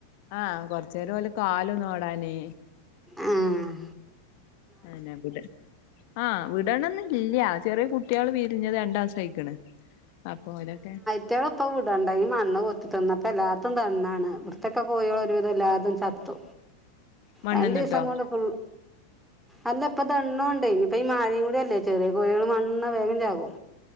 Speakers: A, on the left; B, in the centre.
A: ആഹ് കൊറചേരം ഓലെ കാല് നോടാനേ
B: ആഹ്
A: അനെ വിട ആഹ് വിടണന്നില്ല ചെറിയ കുട്ടികള് വിരിഞ്ഞത് രണ്ടാസം ആയിക്ക്ണ് അപ്പൊ ഓലൊക്കെ
B: കുട്വാളെ ഇപ്പം വിടണ്ട ഈ മണ്ണ് കൊത്തിത്തിന്നു അപ്പോം എല്ലാത്തു ദണ്ണാണ് ഇവിടുത്തേക്ക കോഴികള് ഒരു വിധം എല്ലാരതും ചത്തു
A: മണ്ണ്ന്നിട്ടോ
B: രണ്ടീസം കൊണ്ട് ഫുൾ അല്ല ഇപ്പ ദണ്ണു ഉണ്ടെ ഇനിയിപ്പ ഈ മഴയും കൂടിയല്ലേ ചെറിയ കോഴികൾ മണ്ണ്ന്ന വേഗംചാകും